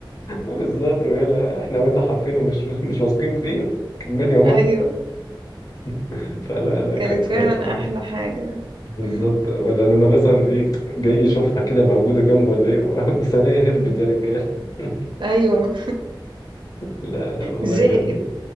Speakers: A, on the left; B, on the right.
A: بالظبط ويقول لها احنا قلنا حرفين ومش <laughs> مش واثقين فيه كمل يا
B: <laughs>
A: ماما
B: ايوه
A: <laughs> فلا لا
B: كانت
A: كانت
B: فعلا
A: كانت
B: احلى حاجة
A: بالظبط
B: مم.
A: ولا لما مثلا ايه جاي يشوفها كده موجوده جنبه ولا ايه <laughs> بس انا إيه هربت يا رجال <laughs>
B: ايوه
A: لا لا والله
B: زائد
A: كان